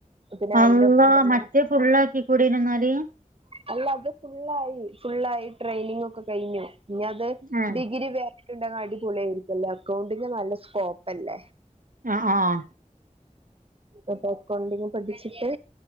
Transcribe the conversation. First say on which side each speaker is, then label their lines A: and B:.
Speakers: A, on the right; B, on the right.
A: അപ്പോ പിന്നെ അയിന്റെ
B: അള്ളാ
A: തന്നെ
B: മറ്റേ ഫുള്ളാക്കി കൂടിരുന്നോ എന്നാല്
A: അല്ല അത് ഫുള്ളായി ഫുള്ളായി ട്രെയിനിങ് ഒക്കെ കഴിഞ്ഞു ഇനി അത്
B: ആഹ്
A: ഡിഗ്രി വേ- ഉണ്ടേ അടിപൊളി ആയിരിക്കില്ലേ അക്കൗണ്ടിങ്ങ് നല്ല സ്കോപ്പ് അല്ലേ
B: ആ ആഹ്
A: അപ്പ അക്കൗണ്ടിങ് പഠിച്ചിട്ട്